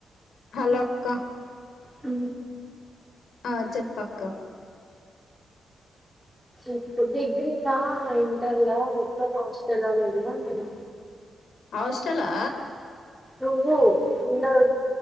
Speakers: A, on the left; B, in the centre.
A: హాలో అక్క
B: అ
A: ఆ చెప్పక్క
B: ఇప్పుడు డిగ్రీ లా ఇంటర్ లా <unintelligible> అంటున్నా
A: అస్టలా
B: నువ్వు నిన్నడు